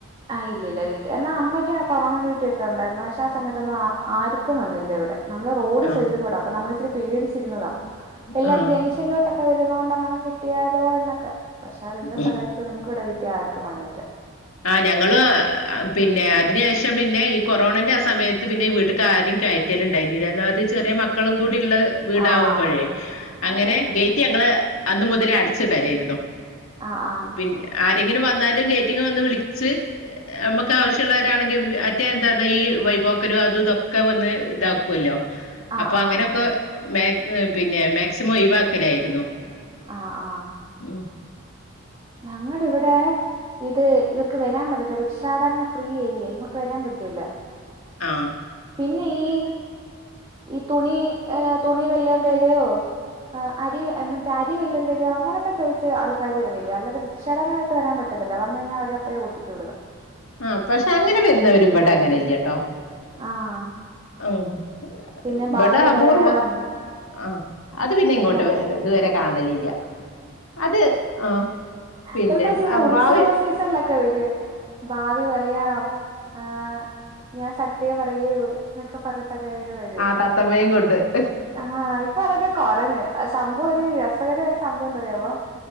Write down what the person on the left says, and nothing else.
ആ
ആ
ഉം.
ആഹ് ഞങ്ങളു പിന്നെ അതിന് ശേഷം പിന്നെ ഈ കൊ കൊറോണന്റെ ആഹ് സമയത്ത് പിന്നെ ഈ വീട്ടക്ക് ആരീം കയറ്റലിണ്ടായിന്നില്ല ഒന്നാമത് ഇ ചെറിയ മക്കളും കൂടി ള്ള വീടാവുമ്പോഴേ
അങ്ങനെ
ഗേറ്റ് ഞങ്ങള് അന്ന് മുതലേ അടച്ചിടലായിരുന്നു.
പിന്നെ ആരെങ്കിലും വന്നാലും ഗേറ്റിങ്ങെ വന്ന് വിളിച്ച് നമ്മക്ക് ആവശ്യള്ളോരാണെങ്കി മറ്റേ എന്താന്നാ ഈ വൈപോക്കരും അതൂതൊക്കെ വന്ന് താക്കൊല്ലോ.
അപ്പൊ
അങ്ങനൊക്കെ മാക് പിന്നെ മാക്സിമം ഒയിവാക്കലായിരുന്നു.
ം
ആ
ആഹ് പക്ഷെ അങ്ങനെ വരുന്നവര് ഇവിടെ അങ്ങനെ ഇല്ല്യട്ടോ.
ആഹ്
ബടെ
അപൂർവം.
ആഹ് അത് പിന്നെ ഇങ്ങോട്ട്
ഇതുവരെ കാണലില്ല. അത് ആഹ് പിന്നെ
അ
ഭാവി
ആ തത്തമ്മയും കൊണ്ട്